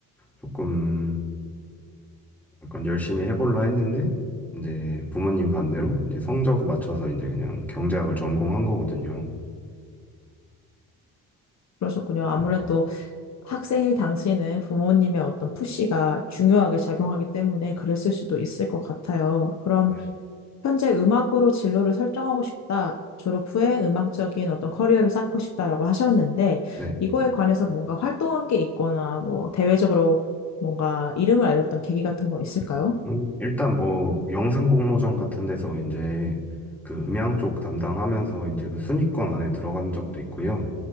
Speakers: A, in the centre; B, on the left (about 45°).
A: 조금 약간 열심히 해볼라 했는데, 이제 부모님 반대로 이제 성적 맞춰서 이제 그냥 경제학을 전공한 거거든요.
B: 그러셨군요. 아무래도
A: 음,
B: 학생일 당시에는 부모님의 어떤 푸시가 중요하게 작용하기 때문에 그랬을 수도 있을 것 같아요. 그럼
A: 네.
B: 현재 음악으로 진로를 설정하고 싶다. 졸업 후에 음악적인 어떤 커리어를 쌓고 싶다라고 하셨는데,
A: 네.
B: 이거에 관해서 뭔가 활동한 게 있거나, 뭐, 대외적으로 뭔가 이름을 알렸던 계기 같은 거 있을까요?
A: 음, 일단 뭐 영상 공모전 같은 데서 이제 그 음향 쪽 담당하면서 이제 그 순위권 안에 들어간 적도 있고요.